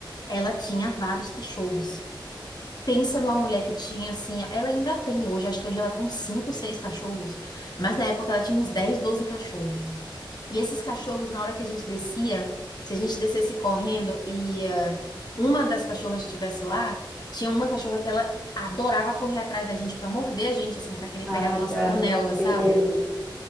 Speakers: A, on the left (about 55°); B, in the centre.
A: Ela tinha vários cachorros. Pensa numa mulher que tinha assim, ela ainda tem hoje, acho que hoje ela tem uns 5, 6 cachorros, mas na época ela tinha uns 10 12 cachorros. E esses cachorros, na hora que a gente descia, se a gente descesse correndo e ah, uma das cachorras estivesse lá, tinha uma cachorra que ela adorava correr atrás da gente pra morder a gente, assim, pra querer pegar
B: Ai,
A: na nossa
B: cara,
A: canela, sabe?
B: que medo.